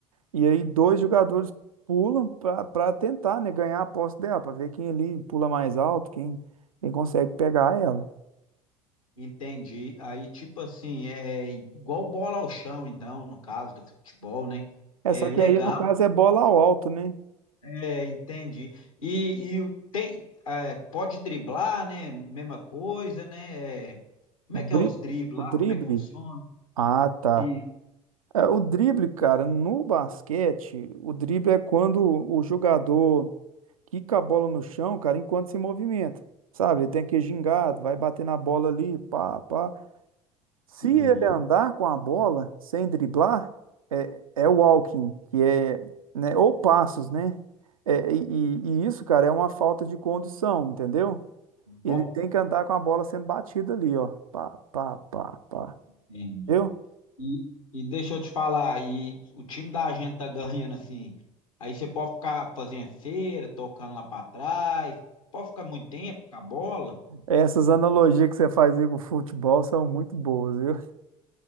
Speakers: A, on the right; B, on the left.
A: E aí dois jogadores pulam para tentar, né, ganhar a posse dela, para ver quem ali pula mais alto, quem, quem consegue pegar ela.
B: entendi. Aí, tipo assim, é igual bola ao chão, então, no caso do futebol, né?
A: É,
B: É
A: só que
B: legal,
A: aí no caso é bola ao alto, né?
B: é, entendi. E, e tem, é, pode driblar, né? Mesma coisa, né? É, como
A: O dri-
B: é que é os dribles
A: o
B: lá?
A: drible.
B: Como é que funciona?
A: Ah, tá.
B: E...
A: É, o drible, cara, no basquete, o drible é quando o jogador quica a bola no chão, cara, enquanto se movimenta. Sabe? Ele tem que ir gingado, vai bater na bola ali, pá, pá. Se
B: Uhum.
A: ele andar com a bola sem driblar, é, é walking, que é, né, ou passos, né? É, e, e- e isso, cara, é uma falta de condução, entendeu? Ele
B: Ó.
A: tem que andar com a bola sendo batida ali, ó. Pá, pá, pá, pá.
B: Entendi.
A: Viu?
B: E, e deixa eu te falar, e o time da gente tá ganhando assim. Aí você pode ficar fazendo cera, tocando lá pra trás, pode ficar muito tempo com a bola.
A: Essas analogias que você faz aí com o futebol são muito boas, viu?